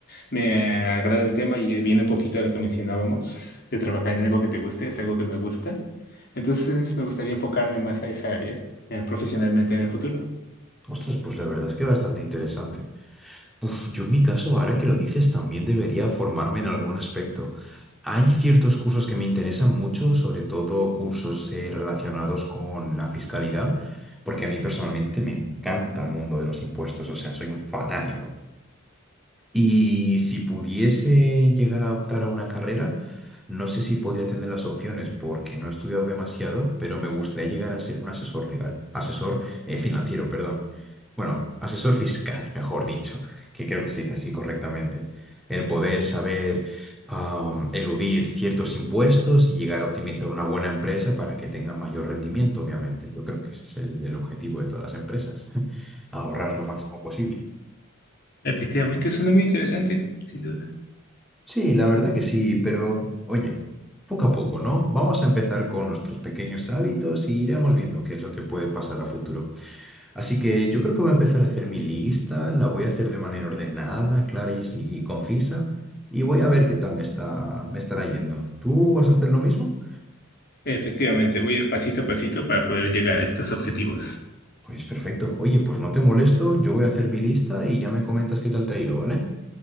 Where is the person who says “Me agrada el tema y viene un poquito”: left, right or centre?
Left